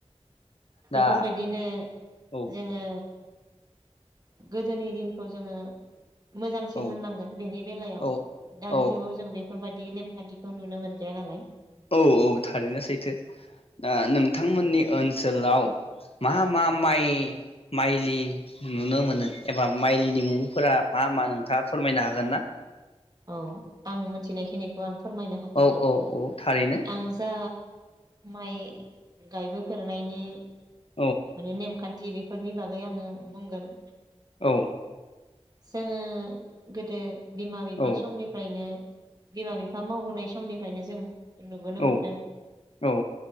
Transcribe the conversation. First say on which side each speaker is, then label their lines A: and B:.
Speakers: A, on the right; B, on the left.
A: बेफोरबायदिनो
B: दा औ
A: जोङो गोदोनि दिनखौ जोङो मोजांसिन
B: औ
A: होननांगोन बेनि बेलायाव
B: औ
A: दानि
B: औ
A: जुगाव जों बेफोरबादि नेम खान्थिखौ नुनो मोनलिया नालाय।
B: औ औ, थारैनो सैथो दा नोंथांमोननि ओनसोलाव मा मा माइ माइलि नुनो मोनो एबा माइलिनि मुंफोरा मा मा नोंथाङा फोरमायनो हागोन ना?
A: औ, आं मोन्थिनायखिनिखौ आं फोरमायनो हागोन
B: औ औ औ थारैनो
A: आं जा माइ गायबोफेरनायनि
B: औ
A: माने नेमखान थि बेफोरनि बागै आङो बुंगोन।
B: औ
A: जोङो गोदो बिमा बिफा
B: औ
A: समनिफ्रायनो बिमा बिफा मावबोनाय समनिफ्रायनो जों नुबोनो
B: औ
A: मोनदों
B: औ